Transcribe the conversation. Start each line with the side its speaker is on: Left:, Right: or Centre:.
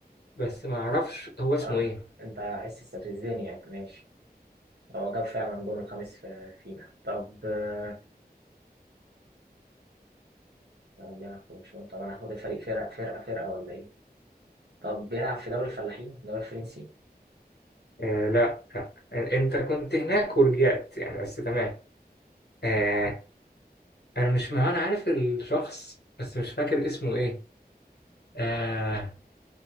Left: بس ما أعرفش هو اسمه
Right: آه،
Left: إيه
Right: انت عايز تستفزني يعني ماشي هو جاب فعلا جون الخامس في- فينا طب آه، هو بيلعب في برشلونة طب انا هاخد الفريق فرقة فرقة فرقة ولا ايه طب بيلعب في دوري الفلاحين الدوري الفرنسي
Left: آه لا آه، أنت كنت هناك ورجعت يعني بس تمام آه، انا مش ما هو انا عارف الشخص بس مش فاكر اسمه ايه آه